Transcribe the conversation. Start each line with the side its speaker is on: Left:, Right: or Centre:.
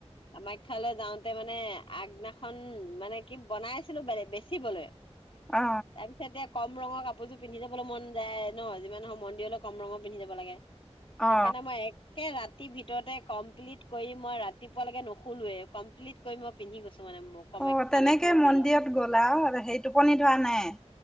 Left: কামাক্ষ্যা লৈ, যাওঁতে মানে আগদিনাখন মানে কি বনাই আছিলো বেচিবলৈ।
Centre: অ
Left: তাৰ পিছত। কম ৰঙৰ কাপোৰযোৰ পিন্ধি যাবলৈ মন যায়। ন যিমানে হওক মন্দিৰলৈ কম ৰঙৰ পিন্ধি যাব লাগে। সেইকাৰণে
Centre: অ
Left: মই এক, একে ৰাতিৰ ভিতৰতে কমপ্লিট কৰি মই ৰাতিপুৱালৈকে নুশুলোয়ে কমপ্লিট কৰি মই পিন্ধি গৈছো। মানে মোক কমা
Centre: অঁ
Left: কামাখ্যা
Centre: তেনেকে
Left: মন্দিৰলৈ
Centre: মন্দিৰত গ'লা সেই টোপনি ধৰা নাই।